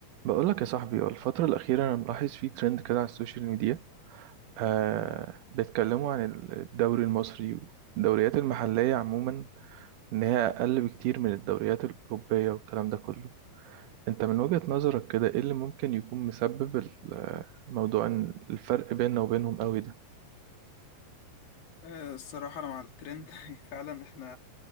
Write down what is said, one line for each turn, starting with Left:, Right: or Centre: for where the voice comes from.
Right: بقولك يا صاحبي الفترة الأخيرة أنا ملاحظ فيه ترند كده على السوشيال ميديا آه بيتكلموا عن الدوري المصري والدوريات المحلية عموما إن هي أقل بكتير من الدوريات الأوروبية والكلام ده كله أنت من وجهة نظرك كده إيه اللي ممكن يكون مسبب ال- موضوع إن الفرق بيننا وبينهم قوي ده
Left: آه، الصراحة أنا مع الترند <laughs> فعلا إحنا